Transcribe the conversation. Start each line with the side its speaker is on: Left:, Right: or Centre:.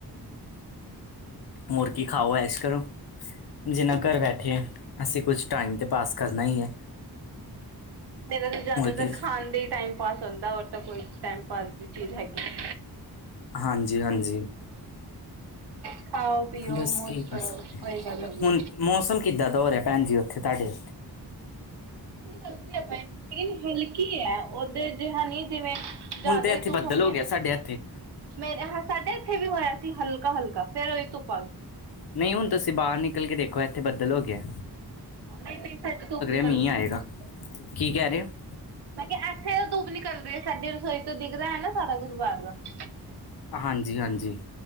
Left: ਮੂੱਰਗੀ ਖਾਓ ਐਸ ਕਰੋ। ਜਿੰਨਾ ਘਰ ਬੈਠੇ ਅਸੀਂ ਕੁਛ ਟਾਈਮ ਤੇ ਪਾਸ ਕਰਨਾ ਹੀ ਐ।
Right: ਮੇਰਾ ਤਾਂ ਜ਼ਿਆਦਾਤਰ
Left: ਕੀ
Right: ਖਾਣ ਦਾ ਹੀ ਟਾਈਮ ਪਾਸ ਹੁੰਦਾ ਹੋਰ ਤਾਂ ਕੋਈ ਟਾਈਮ ਪਾਸ ਦੀ ਚੀਜ਼ ਹੈਣੀ।
Left: ਹਾਂਜੀ-ਹਾਂਜੀ
Right: ਖਾਓ ਪੀਓ
Left: ਬਸ
Right: ਮੌਜ
Left: ਕੀ
Right: ਕਰੋ
Left: ਕਰ ਸਕਣੇ
Right: ਉਹੀ
Left: ਹਾਂ,
Right: ਗੱਲ ਹੈਗੀ।
Left: ਹੁਣ ਮੌਸਮ ਕਿੱਦਾਂ ਹੋ ਰਿਆ ਭੈਣਜੀ ਉੱਥੇ ਤਾਡੇ।
Right: ਚੱਲਦੀ ਆਪ <inaudible> ਲੇਕਿਨ ਹਲਕੀ ਹੈ। ਓਧਰ ਜਿਹਾ ਨੀ ਜਿਵੇਂ ਜਿਆਦਾ
Left: ਹੁਣ ਤੇ ਇੱਥੇ
Right: ਹੀ ਧੂਪ
Left: ਬੱਦਲ
Right: ਹੁੰਦੀ
Left: ਹੋ
Right: ਹੈ
Left: ਗਿਆ
Right: ਨਾ
Left: ਸਾਡੇ ਇੱਥੇ
Right: ਮੇਰੇ ਹ ਸਾਡੇ ਇੱਥੇ ਵੀ ਹੋਇਆ ਸੀ ਹਲਕਾ- ਹਲਕਾ ਫੇਰ ਉਹੀ ਤੁਪ
Left: ਨਹੀਂ ਹੁਣ ਤੁਸੀਂ ਬਾਹਰ ਨਿਕਲ ਕੇ ਦੇਖੋ ਇੱਥੇ ਬੱਦਲ ਹੋ ਗਐ।
Right: ਨਹੀਂ-ਨਹੀਂ ਸਾਡੇ ਧੁੱਪ ਨੀਕਲ
Left: ਮੀਂਹ
Right: ਗਈ
Left: ਆਏਗਾ
Right: ਹੈ।
Left: ਕੀ ਕਹਿ ਰਹੇ ਹੋ
Right: ਮੈਂ ਕਿਹਾ ਇੱਥੇ ਤੇ ਧੁੱਪ ਨਿਕਲਦੀ ਸਾਡੀ ਰਸੋਈ ਤੋਂ ਦਿਖਦਾ ਹੈ ਨਾ ਸਾਰਾ ਕੁਛ ਬਾਹਰ ਦਾ।?? <inaudible>
Left: ਹਾਂਜੀ-ਹਾਂਜੀ